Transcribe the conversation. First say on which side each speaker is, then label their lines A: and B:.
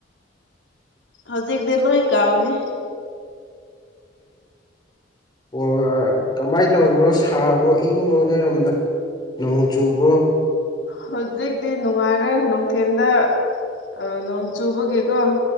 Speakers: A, on the left (about 85°); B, on the left (about 25°).
A: ꯍꯧꯖꯤꯛꯇꯤ ꯂꯣꯏ ꯀꯥꯎꯅꯤ
B: ꯑꯣꯔ ꯀꯃꯥꯏ ꯇꯧꯕ꯭ꯔꯣ ꯁꯥꯕ꯭ꯔꯣ ꯏꯪꯕ꯭ꯔꯣ ꯅꯣꯏꯔꯣꯝꯗ ꯅꯣꯡ ꯆꯨꯕ꯭ꯔꯣ
A: ꯍꯧꯖꯤꯛꯇꯤ ꯅꯨꯡꯉꯥꯏꯔꯦ ꯅꯨꯡꯊꯤꯟꯗ ꯑ ꯅꯣꯡ ꯆꯨꯕꯒꯤꯀꯣ